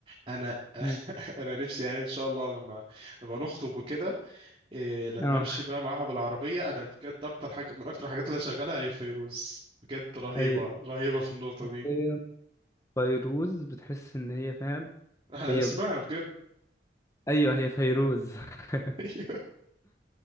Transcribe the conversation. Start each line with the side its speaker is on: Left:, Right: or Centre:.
Right: انا <laughs>
Left: مم.
Right: انا نفسي يعني ان شاء الله لما لما نخطب وكده إيه لما
Left: اه
Right: امشي بقى معاها بالعربيه انا بجد اكتر حاجه من اكتر الحاجات اللي شغالها هي فيروز بجد رهيبه
Left: ايوه
Right: رهيبه في النقطه
Left: حرفيا
Right: دي
Left: فيروز بتحس ان هي فاهم
Right: على
Left: هي
Right: اسمها بجد
Left: ايوه هي فيروز <laughs>
Right: <laughs> ايوه